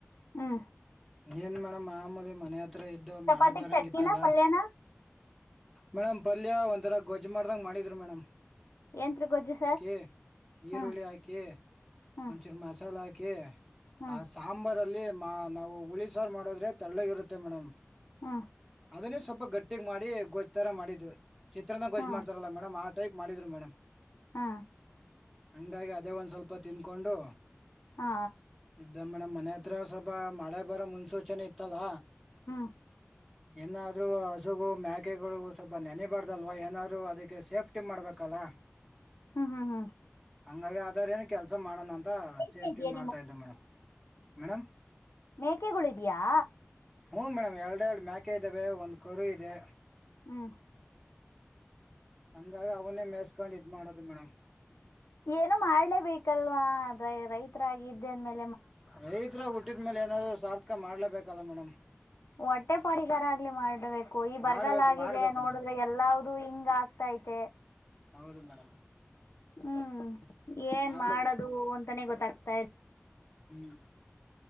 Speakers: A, on the left (about 65°); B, in the centre.
A: ಹ್ಮ.
B: ಏನ್ ಮೇಡಂ ಮಾಮೂಲಿ ಮನೆ ಹತ್ರ ಇದ್ದು
A: ಚಪಾತಿ
B: ಮಳೆ ಬರಂಗಿತ್ತಲ್ಲ.
A: ಚಟ್ನಿನ ಪಲ್ಯನ
B: ಮೇಡಮ್ ಪಲ್ಯ ಒಂಥರ ಗೊಜ್ಜ್ ಮಾಡ್ದಂಗ್ ಮಾಡಿದ್ರು ಮೇಡಂ.
A: ಎಂತ್ರು ಗೊಜ್ಜು ಸರ್.
B: ಹೇ ಈರುಳ್ಳಿ
A: ಹ್ಮ್
B: ಹಾಕಿ
A: ಹ್ಮ್
B: ಒಂದಚೂರ್ ಮಸಾಲ ಹಾಕಿ.
A: ಹ್ಮ್
B: ಆ ಸಾಂಬಾರಲ್ಲಿ ಮಾ ನಾವು ಉಳಿ ಸಾರ್ ಮಡುದ್ರೆ ತೆಳ್ಳುಗಿರುತ್ತೆ ಮೇಡಂ.
A: ಹಾ
B: ಅದನ್ನೇ ಸ್ವಲ್ಪ ಗಟ್ಟಿಗೆ ಮಾಡಿ ಗೊಜ್ತರ ಮಾಡಿದ್ರು ಚಿತ್ರನ ಗೊಜ್
A: ಹಾ
B: ಮಾಡ್ತಾರಲ್ಲ ಮೇಡಮ್ ಆ ಟೈಪ್ ಮಾಡಿದ್ರು ಮೇಡಮ್
A: ಹ್ಮ
B: ಹಂಗಾಗಿ ಅದೇ ಒಂದ್ ಸ್ವಲ್ಪ ತಿನ್ಕೊಂಡು
A: ಹಾ
B: ಇದ್ದ ಮೇಡಮ್ ಮನ ಮತ್ರಸಭ ಮಳೆ ಬರೋ ಮುನ್ಸೂಚನೆ ಇತ್ತಲ್ಲ
A: ಹ್ಮ್
B: ಏನಾದ್ರು ಹಸುಗು ಮ್ಯಾಕೆಗಳಗು ಸ್ವಲ್ಪ ನೆನೆಬಾರ್ದಲ್ವಾ ಏನಾದ್ರು ಅದಕ್ಕೆ ಸೇಫ್ಟಿ ಮಾಡ್ಬೇಕ ಕಲ
A: ಹ್ಮ ಹ್ಮ ಹ್ಮ
B: ಹಂಗಾಗಿ ಆದಾರ ಏನು ಕೆಲ್ಸ ಮಾಡೋಣ ಅಂತ
A: ಮೇಕೆ
B: ಸೇಫ್ಟಿ
A: ಇದೆಯಾ
B: ಮಾಡ್ತಾ ಇದ್ದೆ ಮೇಡಮ್ ಮೇಡಮ್
A: ಮೇಕೆಗಳು ಇದ್ಯಾಾ
B: ಹ್ಮಞ ಮೇಡಮ್ ಎರಡು ಎರಡು ಮ್ಯಾಕೆ ಇದ್ದಾವ ಒಂದು್ ಕರು ಇದೆ
A: ಹ್ಮ್
B: ಹಂಗಾಗಿ ಅವನ್ನೇ ಮೇಸ್ಕೊಂಡ್ ಇದ್ ಮಾಡೋದು ಮೇಡಮ್
A: ಏನು ಮಾಡ್ಲೇಬೇಕಲ್ವಾ ರೈತರಗ ಇದ್ದೆ ಅಂದ್ಮೇಲೆ
B: ರೈತ್ರ ಹುಟ್ಟಿದ್ಮೇಲೆ ಏನಾದ್ರು ಸಾರ್ಥಕ ಮಾಡ್ಲೇಬೇಕಲ್ಲ ಮೇಡಮ್
A: ಹೊಟ್ಟೆ ಪಾಡಿಗಾರ ಆಗ್ಲಿ ಮಾಡಬೇಕು ಈ ಬರಗಲ್
B: ಮಾಡ್ಬೇಕು
A: ಆಗಿದೆ
B: ಮಾಡ್ಬೇಕು
A: ನೋಡಿದ್ರೆ
B: ಮೇಡಮ್
A: ಎಲ್ಲ್ದೂ ಹಿಂಗ್ ಆಗ್ತಾ ಆಐತೆ
B: ಹೌದ ಮಡ್ಮ
A: ಹ್ಮ್ ಏನ್
B: ಮಾಡ್ಲೇಬೇಕು
A: ಮಾಡದು ಅಂತಾನೇ ಗೊತ್ತಾಗ್ತಾ ಇ
B: ಹ್ಮ್